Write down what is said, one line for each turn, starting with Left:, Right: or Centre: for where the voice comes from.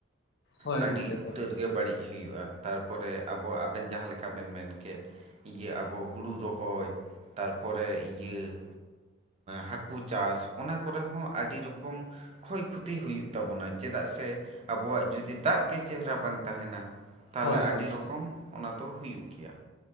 Left: ᱦᱳᱭ
Right: ᱟᱹᱰᱤ
Left: ᱜᱚᱢᱠᱮ
Right: ᱩᱛᱟᱹᱨ
Left: ᱦᱳᱭ
Right: ᱜᱮ ᱵᱟᱹᱲᱤᱡ ᱾ ᱦᱩᱭᱩᱜ-ᱟ, ᱛᱟᱨᱯᱚᱨᱮ ᱟᱵᱚ ᱟᱵᱮᱱ ᱡᱟᱦᱟᱸ ᱞᱮᱠᱟ ᱵᱮᱱ ᱢᱮᱱᱠᱮᱜ ᱾ ᱤᱭᱟᱹ ᱟᱵᱚ ᱦᱩᱲᱩ ᱨᱚᱦᱚᱭ, ᱛᱟᱨᱯᱚᱨᱮ ᱤᱭᱟᱹ ᱦᱟᱹᱠᱩ ᱠᱩ ᱪᱟᱥ, ᱚᱱᱟ ᱠᱚᱨᱮ ᱦᱚᱸ ᱟᱹᱰᱤ ᱨᱚᱠᱚᱢ ᱠᱷᱚᱭ ᱠᱷᱚᱛᱤ ᱦᱩᱭᱩᱜ ᱛᱟᱵᱚᱱᱟ᱾ ᱪᱮᱫᱟᱜ ᱥᱮ ᱟᱵᱚᱣᱟᱜ ᱡᱩᱫᱤ ᱫᱟᱜ ᱜᱮ ᱪᱮᱦᱨᱟ ᱵᱟᱝ ᱛᱟᱦᱮᱸᱱᱟ᱾ ᱛᱟᱦᱞᱮ
Left: ᱦᱳᱭ
Right: ᱟᱹᱰᱤ
Left: ᱦᱳᱭ
Right: ᱨᱚᱠᱚᱢ
Left: ᱦᱳᱭ
Right: ᱚᱱᱟ ᱫᱚ ᱦᱩᱭᱩᱜ ᱜᱮᱭᱟ